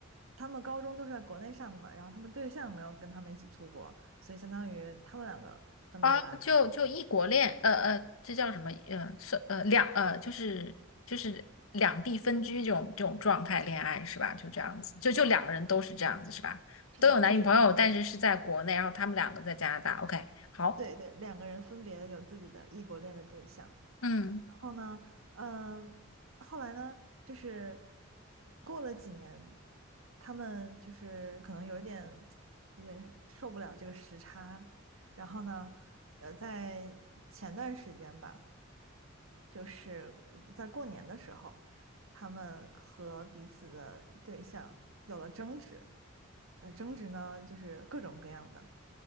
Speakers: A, on the right (about 75°); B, on the left (about 75°).
A: 他们高中都是在国内上的嘛，然后他们对象没有跟他们一起出国，所以相当于他们两个分别来了。
B: 啊，就就异国恋，呃呃，这叫什么？呃，算呃两呃，就是就是两地分居这种这种状态恋爱是吧？就这样子，就就两个人都是这样子是吧？
A: 是的，
B: 都有男女朋友，
A: 就是异国恋。
B: 但是是在国内，然后他们两个在加拿大。OK，好，
A: 对对，两个人分别有自己的异国恋的对象。
B: 嗯
A: 然后呢，嗯，后来呢，就是过了几年，他们就是可能有一点有点受不了这个时差，然后呢，呃，在前段时间吧，就是在过年的时候，他们和彼此的对象有了争执，呃，争执呢就是各种各样的，